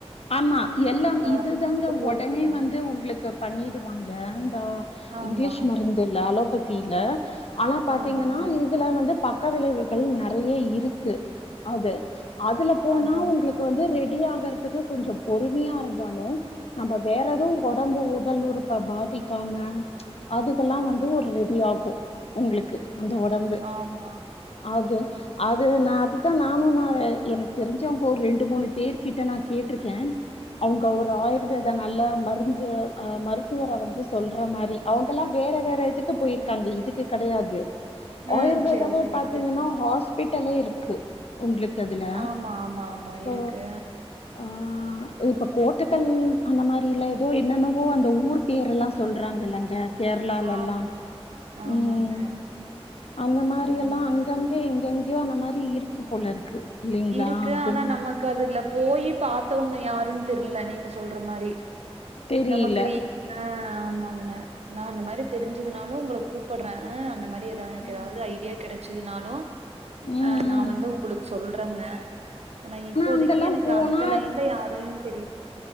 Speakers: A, on the left (about 70°); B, on the right (about 80°).
A: ஆமா எல்லா
B: ஆ
A: இதுதாங்க
B: போறதுக்கான
A: ஒடனே வந்து உங்களுக்கு பண்ணிடுவாங்க தா
B: ஆமா
A: இங்கிலீஷ் மருந்து இல்ல அலோபத்தில ஆனா பாத்தீங்கன்னா
B: ஆமாங்க.
A: இ இதுல வந்து பக்க விளைவுகள் நெறையி இருக்கு அது அதுல போனா
B: அதான்
A: உங்களுக் கு வந்து ரெடி ஆகுறதுக்கு கொஞ்ச பொறுமையா இருந்தாலு நம்ம வேற எதுவு ஒடம்பு உடல் உறுப்ப பாதிக்காம அதுக்கெல்லா வந்து ஒரு ரெடி ஆகு உங்களுக்கு அந்த ஒடம்பு
B: ஆமா.
A: அது அது நா அதுதா நானு நா எனக்கு தெரிஞ்சவங்க ஒரு ரெண்டு மூணு பேர் கிட்டனா கேட்ருக்கே அவங்க ஒரு ஆயுர்வேத நல்ல மருந்து அ மருத்துவரே வந்து சொல்ற மாரி அவுங்கல்லா வேற வேற இதுக்கு போயிருக்காங்க இதுக்கு கெடையாது
B: ம்.
A: ஆயுர்வேதாவே
B: சரி, சரிங்க.
A: பாத்தீங்கன்னா ஹாஸ்பிட்டலே இருக்கு உங்களுக்கு அதுல
B: ஆமா, ஆமா, ஆமா.
A: ஸோ
B: இருக்கு.
A: ஆ இப்ப கோட்டக்கல் அந்த மாரில ஏதோ என்னன்னவோ அந்த ஊர் பேர் எல்லா சொல்றாங்கல்லங்க கேரளா
B: ஆமாங்க,
A: எல்லா
B: ஆமாங்க.
A: உம் அந்த மாரி
B: நம்
A: எல்லா அங்கங் க எங்கெங்கேயோ அந்த மாரி இருக்கு போல இருக்கு இல்லைங்களா
B: இருக்கு
A: அது
B: ஆனா
A: நம்
B: நமக்கு அதுல போயி பாத்தவங்க யாருன்னு தெர்ல நீங்க சொல்ற மாரி
A: தெரியில
B: நமக்கு என் அ ஆமாங்க நா அந்த மாரி தெரிஞ்சதுனாலு உங்கள கூப்படுற ஆ அந்த மாரி ஏதாவ எனக்கு
A: ம்
B: ஏதாவது ஐடியா கிடைச்சதுனாலு
A: ம்
B: அ நா
A: ம்
B: வந்து உங்களுக்கு சொல்றங்க ஆனா இப்போதைக்கி
A: அங்கெல்லா
B: எனக்கு
A: போனா
B: அந்த லைன்ல யாரையு தெரியுது